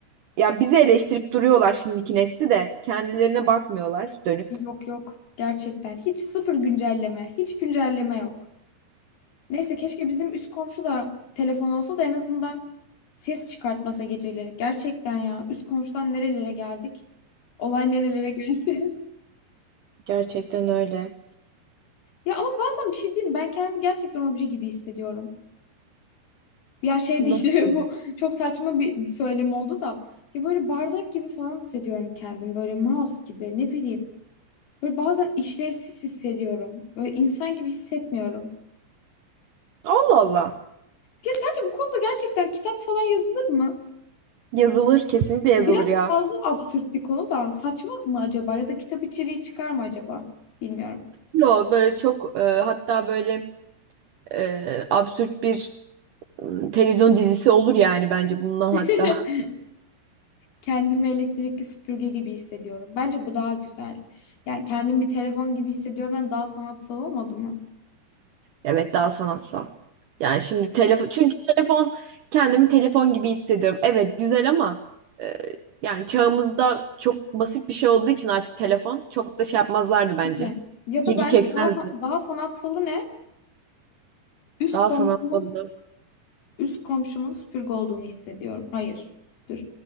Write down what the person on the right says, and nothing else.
Ya bizi eleştirip duruyorlar şimdiki nesli de. Kendilerine bakmıyorlar dönüp.
Gerçekten öyle.
Nasıl?
Allah Allah.
Yazılır, kesinlikle yazılır
ya.
Yo böyle çok e, hatta böyle e, absürt bir e, televizyon dizisi olur yani bence bundan
hatta.
Evet daha sanatsal. Yani şimdi telefon çünkü telefon kendimi telefon gibi hissediyorum. Evet güzel ama e, yani çağımızda çok basit bir şey olduğu için artık telefon çok da şey yapmazlardı bence.
İlgi
çekmezdi.
Daha
sanatsal.